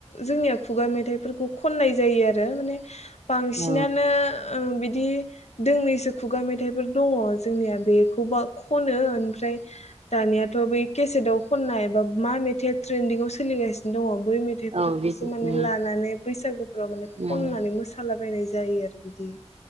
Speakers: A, on the left; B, on the right.
A: जोंनिया खुगा मेथाइफोरखौ खननाय जायो आरो माने बांसिनानो
B: औ
A: ओ बि दि दोंनैसो खुगा मेथाइफोर दङ जोंनिया बेखौबा खनो ओनफ्राय दानियाथ' बै केसेटाव खननाय एबा मा मेथाइ ट्रेन्डिं आव सोलिगासिनो दङ। बै मेथाइफोरखौसो
B: औ बेखौ
A: माने
B: उम
A: लानानै बैसागु फोराव माने
B: उम
A: खननानै मोसालाबायनाय जायो आरो बिदि।